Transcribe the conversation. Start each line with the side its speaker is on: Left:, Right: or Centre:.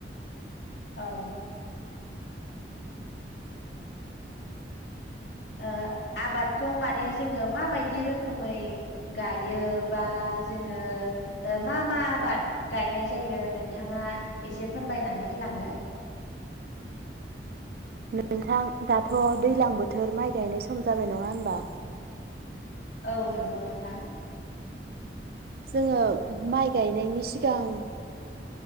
Left: औ ओ आबादखौ माने जोङो माबायदि रोखोमै गायो बा जोङो ओ मा मा आबाद गायनाय जायो नोंथाङा एसे फोरमायनानै होलांदो ।
Right: नोंथां दाथ' दैलां बोथोर माइ गायनाय सम जाबाय नङा होमबा?
Left: औ नंगौ नोंथां ।
Right: जोङो माइ गायनायनि सिगां